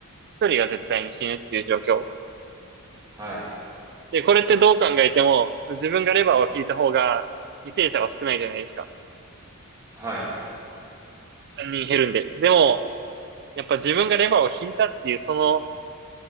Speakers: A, on the right (about 50°); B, on the right (about 15°).
A: 1人が絶対に死ぬっていう状況。
B: はい。
A: で、これってどう考えても、その自分がレバーを引いた方が犠牲者は少ないじゃないですか。
B: はい。
A: 3人減るんで。でも、やっぱ自分がレバーを引いたっていう、その